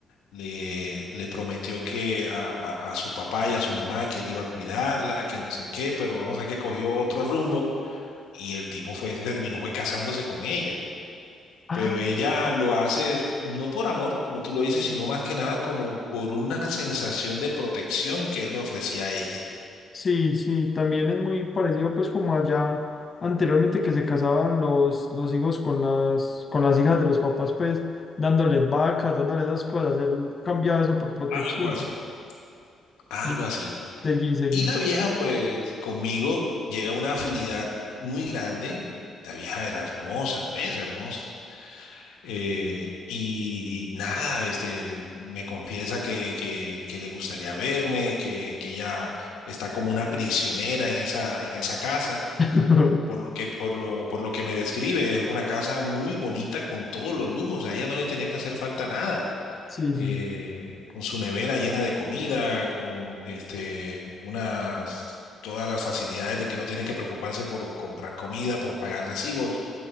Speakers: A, on the left; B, on the left.
A: le, le prometió que a, a- a su papá y a su mamá que él iba a cuidarla, que no sé qué, pero vamos a que cogió otro rumbo y el tipo fue, terminó fue casándose con ella.
B: Ah,
A: Pero ella lo hace es no por amor, como tú lo dices, sino más que nada como por una sensación de protección que él le ofrecía a ella.
B: Sí, sí, también es muy parecido pues como allá anteriormente que se casaban los, los hijos con las, con las hijas de los papás, pues dándoles vacas, dándoles esas cosas, él cambiaba eso por protección.
A: Algo así,
B: ¿no?
A: algo
B: Sí,
A: así.
B: Seguí, seguí.
A: Y la vieja, pues conmigo llega a una afinidad muy grande. La vieja era hermosa, es hermosa Eh, y nada, este, me confiesa que, que, que le gustaría verme, que, que ella está como una prisionera en esa, en esa casa,
B: <laughs>
A: por lo que, por lo, por lo que me describe, es una casa muy bonita con todos los lujos, a ella no le tenía que hacer falta nada.
B: Sí,
A: eh,
B: sí.
A: con su nevera llena de comida, con este, unas, todas las facilidades de que no tiene que preocuparse por comprar comida, por pagar recibos,